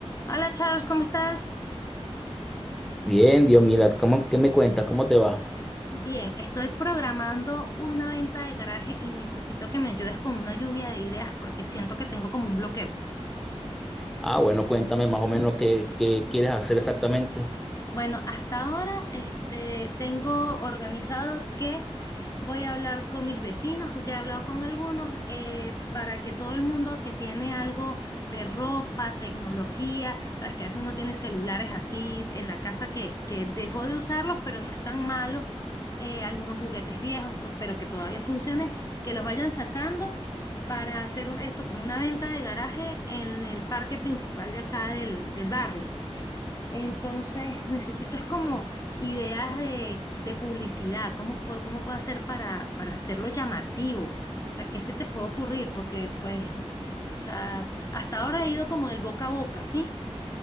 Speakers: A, on the left; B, in the centre.
A: Hola Charles, ¿cómo estás?
B: Bien, Diomila, ¿cómo, qué me cuenta? ¿Cómo te va?
A: Bien, estoy programando una venta de garaje y necesito que me ayudes con una lluvia de ideas porque siento que tengo como un bloqueo.
B: Ah, bueno, cuéntame más o menos qué, qué quieres hacer exactamente.
A: Bueno, hasta ahora este, tengo organizado que voy a hablar con mis vecinos, ya he hablado con algunos, eh, para que todo el mundo que tiene algo de ropa, tecnología, sabes que a veces uno tiene celulares así en la casa que, que dejó de usarlos, pero no están malos, eh, algunos juguetes viejos, co- pero que todavía funcionen, que los vayan sacando para hacer eso como una venta de garaje en el parque principal de acá del, del barrio. Entonces, necesito es como ideas de, de publicidad, cómo puedo, cómo puedo hacer para, para hacerlo llamativo. O sea, ¿qué se te puede ocurrir? Porque, pues, o sea, hasta ahora he ido como del boca a boca, ¿sí?